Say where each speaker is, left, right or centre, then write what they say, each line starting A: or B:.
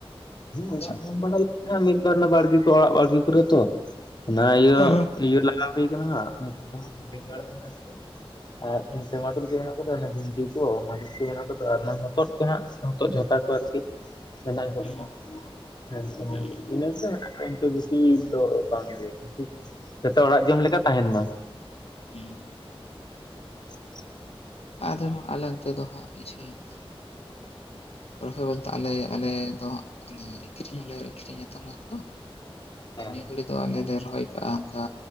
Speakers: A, on the left; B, on the left.
A: ᱨᱮ ᱟᱪᱪᱷᱟ
B: ᱚᱲᱟᱜ ᱡᱚᱢ ᱵᱟ ᱦᱮᱸ ᱢᱤᱫ ᱵᱟᱨ ᱵᱟᱲᱜᱮ ᱠᱚ ᱚᱲᱟᱜ ᱵᱟᱲᱜᱮ ᱠᱚᱨᱮ ᱛᱚ ᱚᱱᱟ ᱤᱭᱟᱹ
A: ᱦᱮᱸ ᱦᱮᱸ
B: ᱤᱭᱟᱹ ᱞᱟᱜᱟᱣ ᱦᱩᱭᱠᱟᱱᱟ ᱦᱟᱸᱜ ᱱᱤᱛ ᱫᱚ ᱵᱮᱸᱜᱟᱲ ᱢᱮᱱᱟᱜ ᱟᱠᱟᱫᱟ ᱟᱨ
A: ᱦᱩᱸ
B: ᱴᱟᱢᱟᱴᱩᱨ ᱜᱮ ᱢᱮᱱᱟᱜ ᱵᱷᱤᱱᱰᱤ ᱠᱚ ᱢᱟ. ᱨᱤᱪ ᱠᱚ ᱢᱮᱱᱟᱜ ᱟᱠᱟᱫᱟ ᱟᱨ ᱦᱚᱛᱚᱫ ᱠᱚ ᱦᱟᱸᱜ ᱦᱚᱛᱚᱫ ᱡᱷᱟᱛᱟ ᱠᱚ ᱟᱨᱠᱤ ᱦᱮᱱᱟᱜ ᱟᱠᱟᱫᱟ
A: ᱦᱩᱸ
B: ᱦᱮᱸᱥᱮ
A: ᱦᱩᱸ
B: ᱤᱱᱟᱹᱥᱮ ᱠᱤᱱᱛᱩ ᱵᱮᱥᱤ ᱫᱚ ᱵᱟᱝᱜᱮ ᱡᱮᱛᱮ ᱚᱲᱟᱜ ᱡᱚᱢ ᱞᱮᱠᱟ ᱛᱟᱦᱮᱱ ᱢᱟ
A: ᱦᱮᱸ
B: ᱵᱟᱝ ᱟᱸᱡᱚᱢ ᱴᱷᱤᱠᱟᱹᱜ ᱠᱟᱱᱟ ᱾
A: ᱟᱫᱚ ᱟᱞᱮ ᱚᱱᱛᱮ ᱫᱚ ᱦᱟᱸᱜ ᱠᱤᱪᱷᱩᱠ ᱨᱚᱦᱚᱭ ᱵᱚᱞᱛᱮ ᱟᱞᱮ-ᱟᱞᱮ ᱫᱚ ᱠᱷᱨᱤᱧ ᱦᱚᱸᱞᱮ ᱟᱹᱨᱤᱧᱟᱛᱚ ᱱᱚᱣᱟ ᱠᱚᱫᱚ ᱾
B: ᱦᱮᱸ
A: ᱱᱤᱭᱟᱹ ᱜᱷᱟᱹᱲᱤᱡ ᱫᱚ ᱟᱞᱮ ᱞᱮ ᱨᱚᱦᱚᱭ ᱠᱟᱜᱼᱟ ᱚᱱᱠᱟ